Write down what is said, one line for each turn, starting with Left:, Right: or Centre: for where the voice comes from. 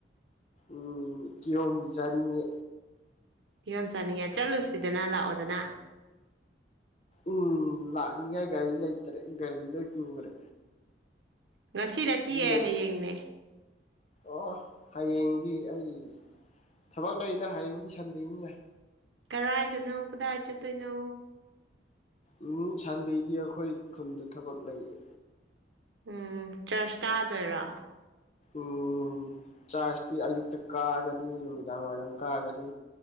Left: ꯎꯝ ꯀꯤꯍꯣꯝꯗꯤ ꯆꯥꯅꯤꯡꯉꯦ
Right: ꯐꯤꯕꯝ ꯆꯥꯅꯤꯡꯉꯦ ꯆꯠꯂꯨꯁꯤꯗꯅ ꯂꯥꯛꯑꯣꯗꯅ
Left: ꯎꯝ ꯂꯥꯛꯅꯤꯉꯥꯏ ꯒꯥꯔꯤ ꯂꯩꯇꯔ‌ꯦ ꯒꯥꯔꯤ ꯂꫭꯏ ꯄꯨꯒ꯭ꯔꯦ
Right: ꯉꯁꯤ ꯅꯠꯇꯤꯑꯦ
Left: ꯂꯩ
Right: ꯍꯌꯦꯡꯅꯦ
Left: ꯑꯣ ꯍꯌꯦꯡꯗꯤ ꯑꯩ ꯊꯕꯛ ꯂꯩꯔꯤꯗ ꯍꯌꯦꯡꯗꯤ ꯁꯟꯗ‌ꯦꯅꯤꯅ
Right: ꯀꯗꯥꯥꯏꯏꯗꯅꯣ ꯀꯗꯥꯏ ꯆꯠꯇꯣꯏꯅꯣ
Left: ꯎꯝ ꯁꯟꯗꯩꯗꯤ ꯑꯩꯈꯣꯏ ꯈꯨꯟꯗ ꯊꯕꯛ ꯂꯩꯌꯦ
Right: ꯎꯝ ꯆꯔꯆ ꯇꯥꯗꯣꯏꯔꯣ
Left: ꯎꯝ ꯆꯥꯥꯁꯇꯤ ꯑꯌꯨꯛꯇ ꯀꯥꯒꯅꯤ ꯅꯨꯃꯤꯗꯥꯡ ꯋꯥꯏꯔꯝ ꯀꯥꯒꯅꯤ